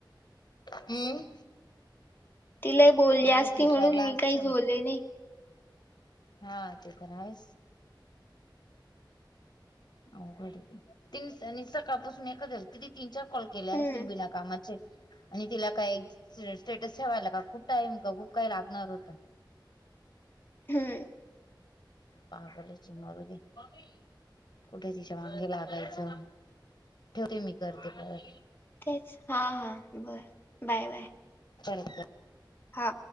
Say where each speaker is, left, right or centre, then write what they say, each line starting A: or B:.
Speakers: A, on the left; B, on the left.
A: ह.
B: तिला बोलली
A: लगेच
B: असती
A: विचारला
B: म्हणून मी
A: असत
B: काही झोले नाही.
A: हा ते तर आहेस. अ घरी तीन सकाळपासून एक क तिी तीन चार कॉल केले असतील
B: हम्म
A: बिना कामाचे. आणि तिला काय ए स्टेटस ठेवायला का खूप टाइम का खूप काय लागणार होतं.
B: हम.
A: पागल चे मरुदे कुठे तिच्या वांगी लागायचं. ठेवते मी करते पर
B: तेच हा हा बर बाय बाय.
A: परत कर
B: हा.